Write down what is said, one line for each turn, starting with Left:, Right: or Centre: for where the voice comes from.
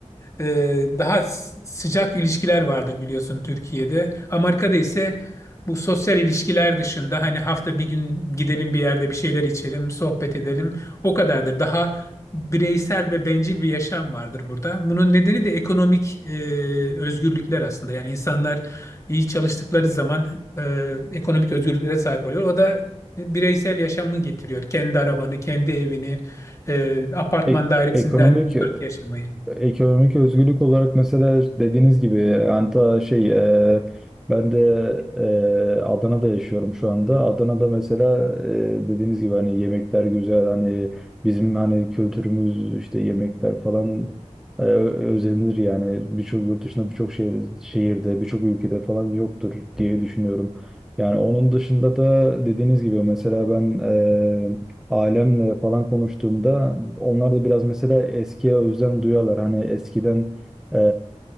Left: Ee, daha s- sıcak ilişkiler vardır biliyorsun Türkiye'de. Amerika'da ise bu sosyal ilişkiler dışında hani hafta bir gün gidelim bir yerde bir şeyler içelim, sohbet edelim. O kadardır. Daha bireysel ve bencil bir yaşam vardır burada. Bunun nedeni de ekonomik e, özgürlükler aslında. Yani insanlar iyi çalıştıkları zaman e, ekonomik özgürlüklere sahip oluyor. O da bireysel yaşamını getiriyor. Kendi arabanı, kendi evini, e,
Centre: <laughs>
Left: apartman
Centre: Ek-
Left: dairesinden
Centre: ekonomik
Left: uzak yaşamayı.
Centre: Ekonomik özgürlük olarak mesela dediğiniz gibi anta şey e, ben de e, Adana'da yaşıyorum şu anda. Adana'da mesela e, dediğiniz gibi hani yemekler güzel hani bizim hani kültürümüz işte yemekler falan e, ö- özenilir yani birçok yurt dışında birçok şehir, şehirde birçok ülkede falan yoktur diye düşünüyorum. Yani onun dışında da dediğiniz gibi mesela ben e, ailemle falan konuştuğumda onlar da biraz mesela eskiye özlem duyuyorlar. Hani eskiden eee,